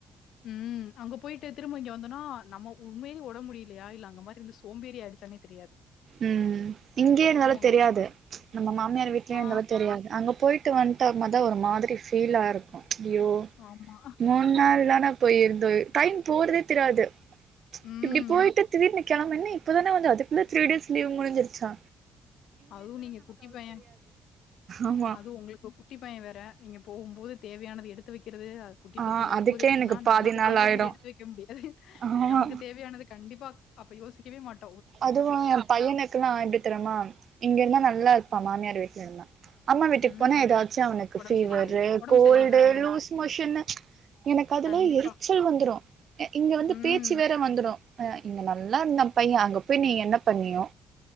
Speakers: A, on the left; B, on the right.
A: உம் அங்க போய்ட்டு திரும்ப இங்க வந்தொனா நம்ம உண்மையா ஒடம் முடிய யாரில்ல அங்க மாரி இருந்து சோம்பேரி ஆய்ச்சாமே தெரியாது
B: உம் இங்கே
A: அதுதான்
B: இருந்தாலு
A: உண்மை.
B: தெரியாது ம்ச் நம்ம மாம்யார் வீட்லயே
A: ஆ
B: இருந்தாலு தெரியாது அங்க போயிட் விட்டு வந்துட்ட மொத ஒரு மாத்ரி ஃபீலா இருக்கூ அய்யோ
A: ஆமா.
B: மூண் நாள் தான போய்ருந்தோ டைம் போறதே தெரியாது
A: ம்.
B: இப்டி போய்ட்டு திடீர்னு கெழம்பு என்ன இப்பதான வந்தோ அதுகுள்ள த்ரீ டேஸ் லீவ் முடிஞ்ருசா
A: அதுவு நீங்க குட்டி பையெ
B: ஆமா
A: அதுவு உங்ளுக்கு குட்டி பையெ வேற நீங்க போகும் போது தேவையானது எடுத்து வைக்ற து அ குட்டி
B: ஆ
A: பசங்க இருகும்போது
B: அதுக்கே
A: எப்ட்னா
B: எனக்கு பாதி
A: நமக்கு
B: நாள்
A: தேவையானது
B: ஆயிடு
A: எடுத்து வைக்க முடியாது
B: ஆமா
A: நமக்கு தேவையானது கண்டிப்பா அப்பயோசிக்கவே மாட்
B: அதுவு ஏ பையனுகுல்லா எப்டி தெரிமா இங்க இருந்தா நல்லா இருப்பா மாம்யார் வீட்ல இருந்தா அம்மா வீட்டுகு
A: ம்.
B: போனா எதாசு அவனுகு
A: உடம்பு
B: ஃபீவரு
A: சரியாது உடம்பு
B: கோல்டு
A: சரியில்லாத இருக்கும்.
B: லூஸ் மோஷனு எனக்கு அதுலா
A: கண்டிப்பா.
B: எருச்சல் வந்துரு இங்க வந்து
A: ம்.
B: பேச்சு வேற வந்துரு இங்க நல்லா இருந்த பையெ அங்க போய் நீ என்ன பண்ணியோ